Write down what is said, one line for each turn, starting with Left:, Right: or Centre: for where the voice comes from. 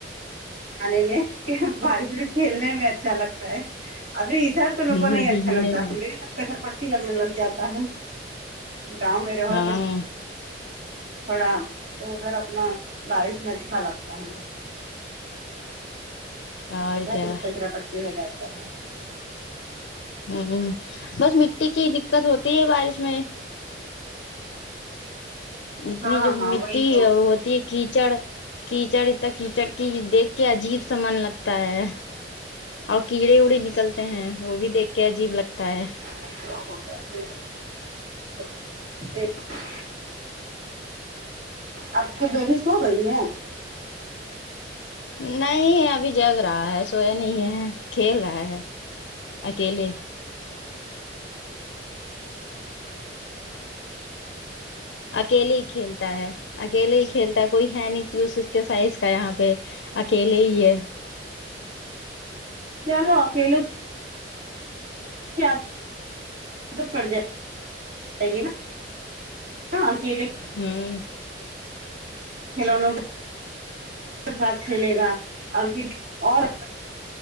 Right: کھانے میں کے بارش میں کھیلنے میں اچھا لگتا ہے ابھی ادھر تو میرے
Left: ہ
Right: کو نہیں اچھا
Left: بھیگنے
Right: لگتا
Left: میں
Right: کھر پٹی لگنے لگ جاتا ہے گاؤں میں رہےو
Left: ہاں
Right: تو تھوڑا تو ادھر اپنا بارش میں اچھا لگتا ہے
Left: اور
Right: ادھر
Left: کیا
Right: پھر کچرا پٹی میں رہتے ہیں
Left: ہوں ہوں بس مٹی کی دقت ہوتی ہے بارش میں اتنی
Right: ہاں
Left: جو
Right: ہاں
Left: مٹی
Right: وہی تو
Left: ہوتی ہے کیچڑ کیچڑ اتنا کیچڑ کی دیکھ کے عجیب سا من لگتا ہے اور کیڑے اڑے نکلتے ہیں وہ بھی دیکھ کے عجیب لگتا ہے
Right: ہو <unintelligible> آپ کی بیٹی سو گئی ہے
Left: نہیں ابھی جگ رہا ہے سویا نہیں ہے کھیل رہا ہے اکیلے اکیلے ہی کھیلتا ہے اکیلے ہی کھیلتا ہے کوئی ہے نہیں چز اس کے سائز کا یہاں پہ اکیلے ہی ہے
Right: چلو اکیل اس کی عادت پڑجاتی ہے نا اکیلے
Left: ہوں
Right: ہیلو نو اس کے ساتھ کھیلے گا اور کس اور